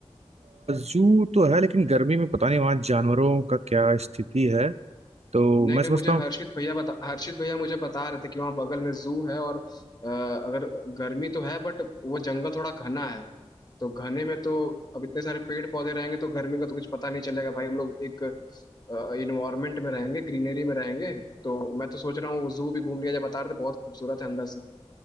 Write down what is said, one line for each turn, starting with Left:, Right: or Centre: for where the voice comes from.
Right: जू तो है लेकिन गर्मी में पता नहीं वहाँ जानवरों का क्या स्थिति है तो
Left: नहीं
Right: मैं
Left: नहीं
Right: समझता
Left: मुझे
Right: हूँ
Left: हर्षित भैया बता हर्षित भैया मुझे बता रहे थे कि वहाँ बगल में जू है और अ, अगर गर्मी तो है बट वो जंगल थोड़ा घना है तो घने में तो अब इतने सारे पेड़ पौधे रहेंगे तो गर्मी का तो कुछ पता नहीं चलेगा भाई हम लोग एक इन्वायरमेंट में रहेंगे ग्रीनरी में रहेंगे तो मैं तो सोच रहा हूँ वो जू भी घूम लिया जाए बता रहे थे बहुत खूबसूरत है अंदर से